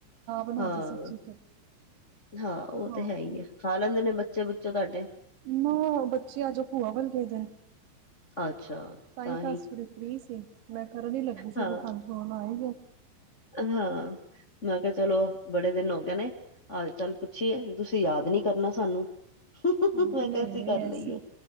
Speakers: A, on the right (about 80°); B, on the left (about 80°).
A: ਬਣ
B: ਹਾਂ
A: ਤੇ ਸਬਜ਼ੀ ਫਿਰ
B: ਹਾਂ ਉਹ
A: ਹਾਂ।
B: ਤੇ ਹੈ ਹੀ ਆ ਖਾ ਲੈਂਦੇ ਨੇ ਬੱਚੇ ਬੁੱਚੇ ਤੁਹਾਡੇ
A: ਨਾ ਬੱਚੇ ਅੱਜ ਭੂਆ ਵੱਲ ਗਏ ਦੇ ਨੇ।
B: ਅੱਛਾ
A: ਤਾਂਹੀ ਤਾਂ
B: ਹੀ
A: ਅਜ ਫ੍ਰੀ ਸੀ ਮੈਂ ਕਰਨ ਹੀ ਲੱਗੀ ਸੀ
B: ਹਾਂ
A: ਤਾਂ ਫੋਨ ਆਈ
B: ਹਾਂ ਮੈਂ ਕਿਹਾ ਚਲੋ। ਬੜੇ ਦਿਨ ਹੋ ਗਏ ਨੇ ਹਾਲ ਚਾਲ ਪੁੱਛੀਏ ਤੁਸੀਂ ਯਾਦ ਨੀ ਕਰਨਾ ਸਾਨੂੰ
A: ਹਾਂ
B: ਮੈਂ
A: ਨਹੀਂ
B: ਕਿਹਾ ਅਸੀਂ
A: -ਨਹੀਂ
B: ਕਰ
A: ਐਸੀ
B: ਲਈਏ